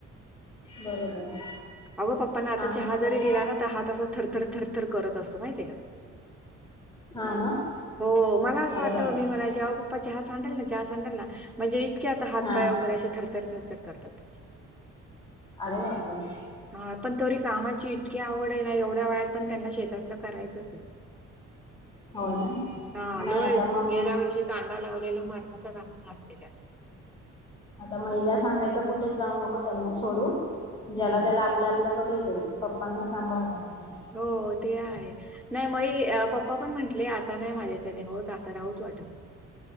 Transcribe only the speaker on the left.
बरोबर.
कामच
करत
हा ना
अरे
बापरे
हा
अरे बाप रे!
हो ना
नाही
आता मग
आता महिला सांगायच कुठेच जाऊ नको त्यांना सोडून ज्याला
त्याला आपल्या आपल्या करू दे पप्पांना सांभाळ फक्त.